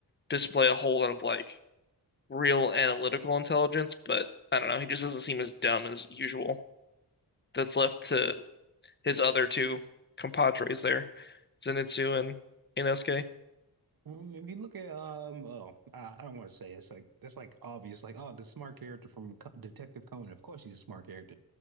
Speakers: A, on the left; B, on the right.
A: display a whole lot of like real analytical intelligence, but I don't know. He just doesn't seem as dumb as usual. That's left to his other two compadres there, Zenitsu and Inosuke.
B: Um, if you look at um, oh, I, I don't want to say it. it's like that's like obvious, like oh, the smart character from Co- Detective Conan. Of course, he's a smart character.